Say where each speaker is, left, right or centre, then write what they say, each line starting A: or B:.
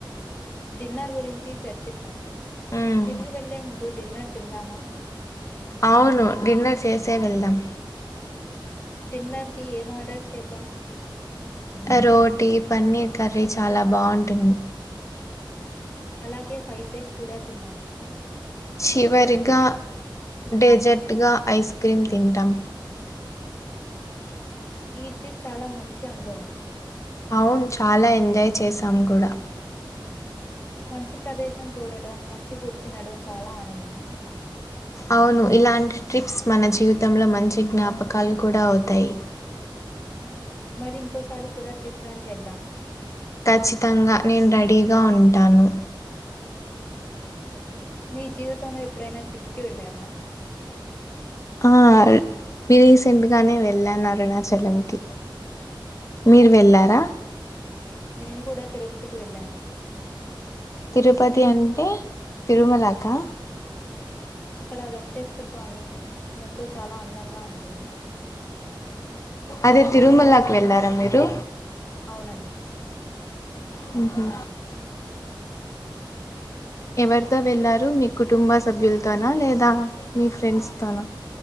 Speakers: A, on the left (about 20°); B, on the left (about 35°).
A: డిన్నర్ గురించి చర్చిద్దాం
B: మ్మ్.
A: తిరిగి వెళ్లే ముందు డిన్నర్ తిందమా
B: అవును డిన్నర్ చేసే వెళ్దాం
A: డిన్నర్ కి ఏం ఆర్డర్ చేద్దాం
B: ఆ రోటీ పన్నీర్ కర్రీ చాలా బాగుంటుంది
A: అలాగే ఫ్రైడ్ రైస్ కూడా తిన్నాం
B: చివరిగా డెజర్ట్గా ఐస్ క్రీమ్ తింటాం
A: ఈ ట్రిప్ చాలా మంచి అనుభవం
B: అవును చాలా ఎంజాయ్ చేసాం కూడా
A: మంచి ప్రదేశం చూడటం మంచి ఫుడ్ తినడం చాలా ఆనందం
B: అవును ఇలాంటి ట్రిప్స్ మన జీవితంలో మంచి జ్ఞాపకాలు కూడా అవుతాయి
A: మరి ఇంకోసారి కూడా ట్రిప్ ప్లాన్ చేద్దాం
B: ఖచ్చితంగా నేను రెడీగా ఉంటాను
A: మీ జీవితంలో ఎప్పుడైనా ట్రిప్కి వెళ్ళారా
B: ఆ రీసెంట్గానే వెళ్ళాను అరుణాచలం కి మీరు వెళ్ళారా
A: నేను కూడా తిరుపతికి వెళ్ళాను
B: తిరుపతి అంటే తిరుమలకా
A: అక్కడ వెంకటేశ్వర స్వామి టెంపుల్ చాలా అందంగా ఉంటుంది
B: అదే తిరుమలకి వెళ్ళారా మీరు
A: అవునండి
B: హ్మ్ హు ఎవరితో వెళ్ళారు మీ కుటుంబ సభ్యులతోనా లేదా మీ ఫ్రెండ్స్తోనా